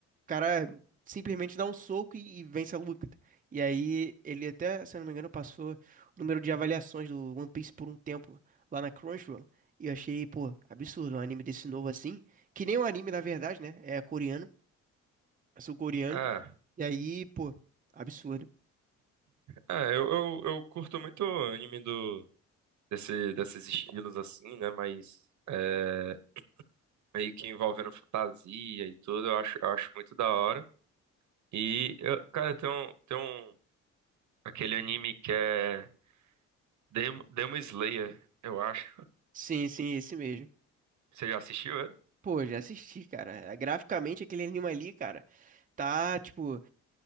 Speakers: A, on the right; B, on the right.
A: cara simplesmente dá um soco e, e vence a luta. E aí ele até, se eu não me engano, passou o número de avaliações do One Piece por um tempo lá na Crunchyroll. E eu achei, pô, absurdo um anime desse novo assim, que nem um anime na verdade, né? É coreano, é sul-coreano.
B: Ah,
A: E aí, pô, absurdo.
B: é, eu, eu, eu curto muito anime do desse, desses estilos assim, né? Mas é, meio que envolvendo fantasia e tudo, eu acho, eu acho muito da hora. E eu- cara, tem um, tem um aquele anime que é Dem- Demon Slayer, eu acho.
A: Sim, sim, esse mesmo.
B: Você já assistiu ele?
A: Pô, já assisti, cara. Graficamente, aquele anime ali, cara, tá, tipo,